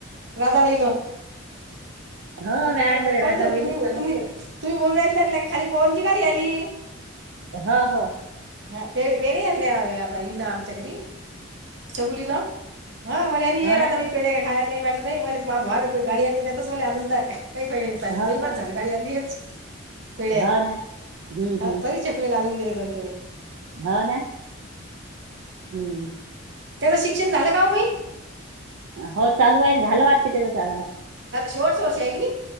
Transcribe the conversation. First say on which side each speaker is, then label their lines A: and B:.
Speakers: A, on the right; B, on the right.
A: राधा बइन.
B: हो
A: ह
B: मी आटलं
A: बरं बर
B: राधा
A: कोणत
B: बाईनच
A: तुम्ही
B: सांगितलं
A: तुम्ही तुम्ही बोलून राला त्यांला की खाली पव्हन ची गाडी आली.
B: हा हा
A: हा तेन बेडी आलेय आता हिन आमच्या घरी चोकुली नाव हा मला ये
B: हो
A: राहता
B: ना.
A: पेडे खायला आता नाही म मा बार नाो गडी आणली त्याेतच मला आनंद काही पाहिन प पाहिर
B: हो,
A: दईबज
B: हो.
A: झालं गाडी आणन येच पिळत
B: हो ना. हं,
A: ह
B: हं.
A: परच पुलेला आण आणून दिले दोन पिळे <unintelligible>
B: हो ना हम्म
A: त्याचं शिक्षण झालं का ओ बाई
B: हो चालू आहेईल झालं वाटते त्याचा
A: शेवटच वर्ष हाय कणी